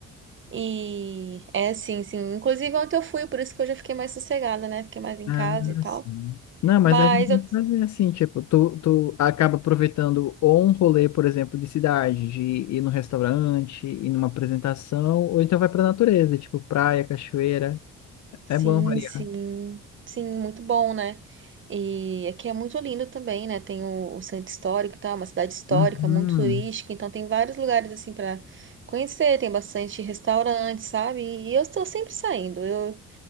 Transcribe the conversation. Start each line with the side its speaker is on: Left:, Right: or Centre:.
Right: E é sim, sim. Inclusive ontem eu fui, por isso que hoje eu fiquei mais sossegada, né? Fiquei mais em
Left: Ah,
Right: casa e tal.
Left: sim. Não, mas
Right: Mas
Left: a gente tem
Right: eu
Left: que fazer assim, tipo, tu, tu acaba aproveitando ou um rolê, por exemplo, de cidade, de ir num restaurante, ir numa apresentação, ou então vai pra natureza, tipo praia, cachoeira. É
Right: Sim,
Left: bom variar.
Right: sim, sim, muito bom, né? E aqui é muito lindo também, né? Tem o, o centro histórico e tal, é uma cidade histórica,
Left: Uhum.
Right: muito turística, então tem vários lugares assim para conhecer, tem bastante restaurante, sabe? E eu estou sempre saindo, eu